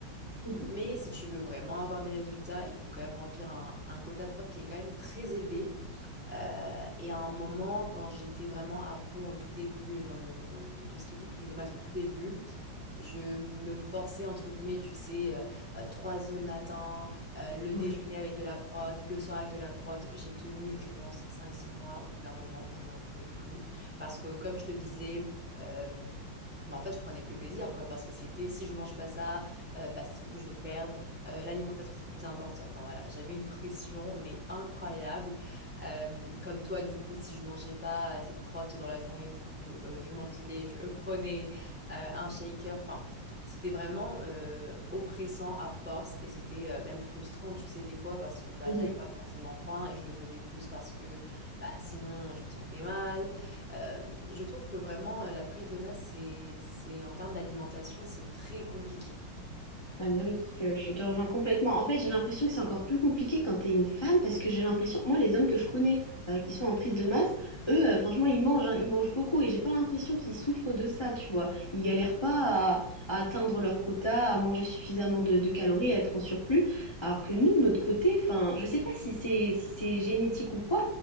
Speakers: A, on the left; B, in the centre.
A: <laughs> Mhm.
B: mais si tu veux vraiment avoir des résultats, il faut quand même remplir un, un quota de prot qui est quand même très élevé. Euh, et à un moment, quand j'étais vraiment à fond au tout début, dans le, dans le- dans tout ce qui était prise de masse au tout début, je me forçais, entre guillemets, tu sais, euh, euh, trois œufs le matin, euh, le
A: Ouais.
B: déjeuner avec de la prot, le soir avec de la prot. J'ai tenu, je pense, cinq six mois. Au bout d'un moment, je n'en pouvais plus. Parce que, comme je te disais, euh, mais en fait, je prenais plus plaisir, quoi, parce que c'était si je mange pas ça, euh, bah, du coup, je vais perdre. Euh, l'alimentation, c'est le plus important. Enfin, voilà, j'avais une pression, mais incroyable. Euh, comme toi, du coup, si je mangeais pas assez de protes dans la journée, du coup, euh, je m'enfilais, je <laughs> prenais euh, un shaker. Enfin, c'était vraiment euh, oppressant à force et c'était euh, même frustrant, tu sais, des fois, parce que bah,
A: Mhm.
B: j'avais pas forcément faim et je le faisais plus parce que bah, sinon, je me sentais mal. Euh, je trouve que vraiment euh, la prise de masse, c'est, c'est en termes d'alimentation, c'est très compliqué.
A: Ah mais oui, je, je te rejoins complètement. En fait, j'ai l'impression que c'est encore plus compliqué quand t'es une femme parce que j'ai l'impression, moi, les hommes que je connais euh, qui sont en prise de masse, eux, euh, franchement, ils mangent, hein, ils mangent beaucoup et j'ai pas l'impression qu'ils souffrent de ça, tu vois. Ils galèrent pas à, à atteindre leur quota, à manger suffisamment de, de calories, à être en surplus, alors que nous, de notre côté, enfin, je sais pas si c'est si c'est génétique ou quoi,